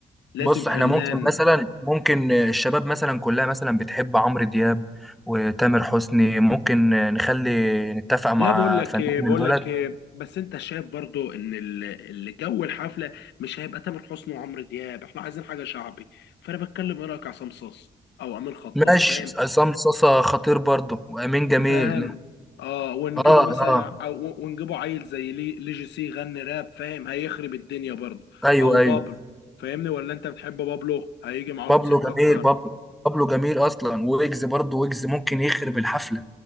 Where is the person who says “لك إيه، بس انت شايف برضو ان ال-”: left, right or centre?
Left